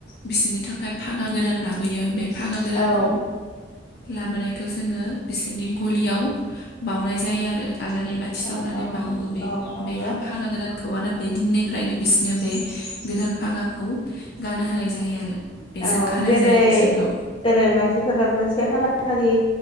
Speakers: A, on the left; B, on the left.
A: बिसोरनि थाखाय फागा गोदान लाबोयो बे फागा गोदानखौ
B: औ
A: लाबोनायखौ जोङो बिसोरनि गलियाव बावनाय
B: औ
A: जायो आरो आलारि बाथि सावनानै
B: औ
A: बावो बे
B: औ नंगौ
A: बे फागा गोदान खौ आरो बे दिननिफ्रायनो बिसिनो बे गोदान फागाखौ गानहोनाय जायो आरो बेजों
B: औ
A: खानाय
B: जेरै
A: जायो बिसोरखौ
B: जेरै मानसिफोराबो से खालार खालि